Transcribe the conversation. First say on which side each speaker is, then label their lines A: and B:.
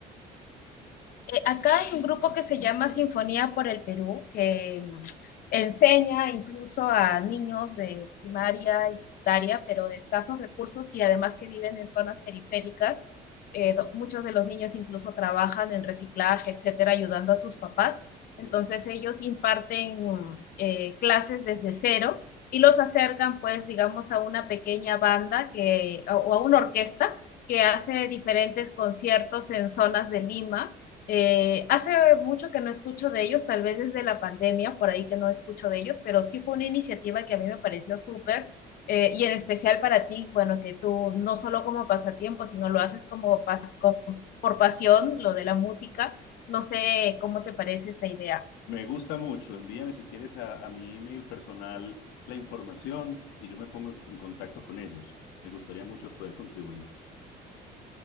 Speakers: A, on the left (about 60°); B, on the left (about 80°).
A: Eh, acá hay un grupo que se llama Sinfonía por el Perú, que mm, enseña incluso a niños de primaria y secundaria, pero de escasos recursos y además que viven en zonas periféricas. Eh, do- muchos de los niños incluso trabajan en reciclaje, etcétera, ayudando a sus papás. Entonces
B: Sí.
A: ellos imparten mm, eh, clases desde cero y los acercan, pues, digamos, a una pequeña banda que, o o a una orquesta que hace diferentes conciertos en zonas de Lima eh, hace mucho que no escucho de ellos, tal vez desde la pandemia, por ahí que no escucho de ellos, pero sí fue una iniciativa que a mí me pareció súper eh, y en especial para ti, bueno, que tú no solo como pasatiempo, sino lo haces como pas- como por pasión, lo de la música. No sé cómo te parece esta idea.
B: Me gusta mucho. Envíame si quieres a, a mi email personal la información y yo me pongo en, en contacto con ellos. Me gustaría mucho poder contribuir.